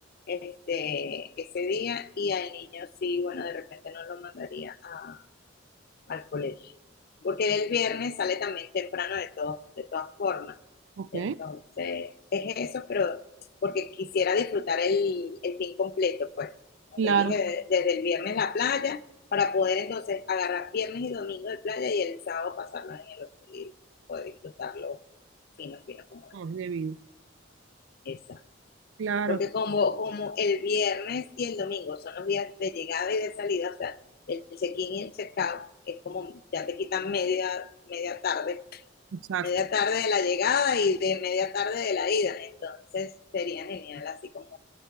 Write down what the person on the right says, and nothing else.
Ok,
claro.
No, es debido.
Claro,
exacto.